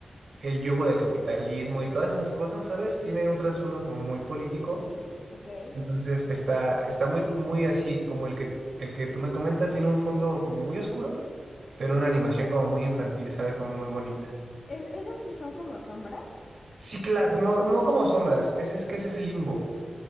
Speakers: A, on the right; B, on the left.
A: el yugo del capitalismo y todas esas cosas, ¿sabes? Tiene un trasfondo como muy político.
B: Ok.
A: Entonces está, está muy, muy así, como el que, el que tú me comentas, tiene un fondo como muy oscuro, pero una animación como muy infantil, ¿sabes? Como muy bonita.
B: ¿Es, es el que son como sombras?
A: Sí, claro, no, no como sombras, es, es que ese es el limbo.